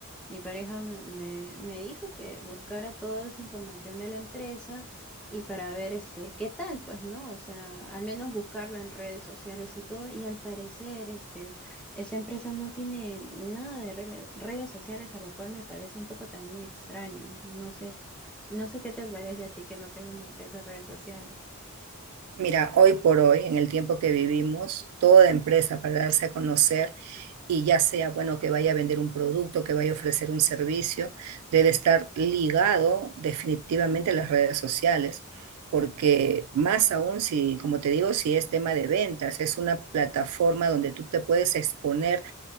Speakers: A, in the centre; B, on the right (about 75°).
A: Mi pareja me, me- me dijo que buscara toda esa información de la empresa y para ver este, qué tal, pues, ¿no? O sea, al menos buscarla en redes sociales y todo. Y al parecer, este, esa empresa no tiene nada de rele- redes sociales, a lo cual me parece un poco también extraño. No sé, no sé qué te parece a ti que no tenga una empresa de redes sociales.
B: Mira, hoy por hoy, en el tiempo que vivimos, toda empresa para darse a conocer y ya sea, bueno, que vaya a vender un producto, que vaya a ofrecer un servicio, debe estar ligado definitivamente a las redes sociales, porque más aún si, como te digo, si es tema de ventas, es una plataforma donde tú te puedes exponer